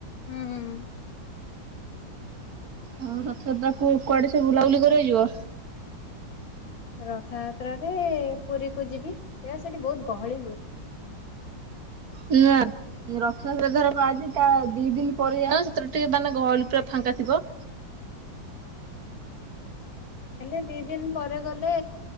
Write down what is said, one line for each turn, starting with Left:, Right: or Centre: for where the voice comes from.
Left: ହୁଁଁ ହୁଁ ହୁଁ।
Right: ଆଉ ରଥ ଯାତ୍ରା କୁ କୁଆଡେ ସବୁ ବୁଲାବୁଲି କରିଯିବ।
Left: ରଥଯାତ୍ରାରେ ପୁରୀ କୁ ଯିବି ଏ ସେଠି ବହୁତ ଗହଳି ହୁଏ।
Right: ନାଁ। ରଥଯାତ୍ରା ଧରକ ଆଜି ତା ଦି ଦିନ ପରେ ଯ ସେଥିରେ ଟିକେ ମାନେ ଗହଳି ପୁରା ଫାଙ୍କା ଥିବ
Left: ହେଲେ ଦି ଦିନ ପରେ ଗଲେ